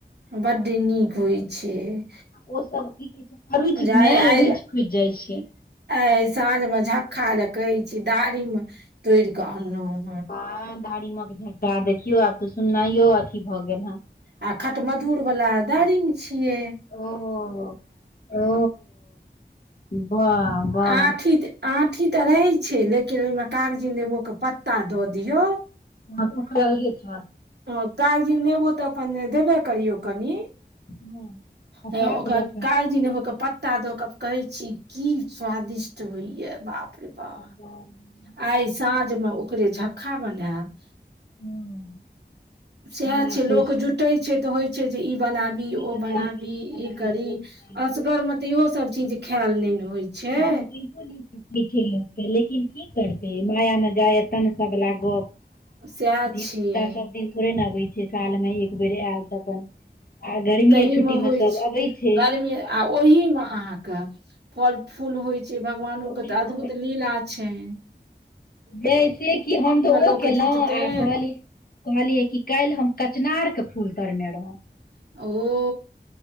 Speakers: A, on the right (about 70°); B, on the left (about 55°).
A: बड्ड नीक होइ छै
B: ओ सब की कहै छै हरुचि
A: जे आइ
B: मे
A: आइ
B: रुचि खुजि जाइ छै
A: आइ साँझ मे झक्का ला कहै छी दारिम मे तोड़ के अनलहूँ
B: बा धारीमक झट्टा देखियो आब तऽ सुनाइयो अथी भऽ गेल ह
A: आ खट मधुर वला दारी मे छिये
B: ओ - ओ वाह - वाह
A: आठी आठी तऽ रहै छै लेकिन ओहिमे कागजी नेबो कऽ पत्ता दऽ दियौ
B: हँ तऽ ओकर अलगे स्वाद
A: हँ कागजी नेेबो तऽ अपन देबे करियौ कनि
B: हँ आ
A: हे
B: पात
A: ओकर
B: जकाँ
A: कागजी निबो प त्ता दऽ कऽ कहे छी की स्वादिष्ट होइय बाप रे बाप
B: हँ
A: आइ साँझ मऽ ओकरे झ खा बनाएब
B: हँ
A: सैह
B: एना
A: छै
B: सोच
A: लोक जुटै छै तऽ होइ छै जे ई बनाबी
B: ई
A: ओ
B: बना
A: बनाबी
B: ली ओ बना
A: ई करी
B: ली ओ बना ली
A: असगरमे
B: लेकिन से
A: तऽ
B: की
A: इहोसभ
B: करू
A: चीज खायल नय न होइ छै
B: आब देहो सकै छै लोकके लेकिन की करतै माया न जाय एतन बला गप
A: सएह
B: धिय
A: छियै
B: पुता सभ दिन थोरे नऽ अबै छै सालमे एक बेर आयल तऽ अपन आ गर्मीए
A: तई
B: छुट्टी
A: मऽ
B: मे
A: होइछ
B: सब अबै छै
A: गरमी आ ओहि मे अहाँ कऽ फल फूल होइ छै भ गवानो
B: ओहि
A: कऽ तऽ
B: मे
A: अद्भुत लीला छैन
B: यै से कि हम तऽ ओ
A: लोक
B: केलहुँ
A: जुटतै
B: आ कहली कहलियै कि काइल हम कचनाारर के फूल तरने रहौ
A: ओ